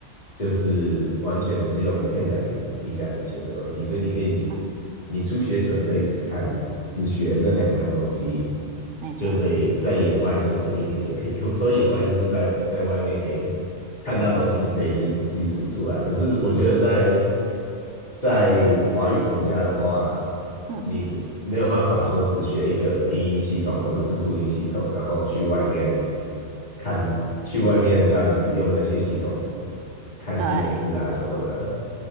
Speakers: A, on the left; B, on the right.
A: 就是完全是用片假名、平假名写的东西。所以你可以，
B: 嗯，
A: 你初学者可以只看、只学那两样东西，
B: 没错。
A: 就可以在野外生存一点点。<laughs> 有说野外就是在在外面可以看到东西，
B: 嗯
A: 你可以自自己读出来。可是我觉得在在华语国家的话，
B: 嗯，
A: 你没有办法说只学一个拼音系统或者是注音系统，然后去外面看，去外面这样子用那些系统看新的字啊什么的。
B: 对。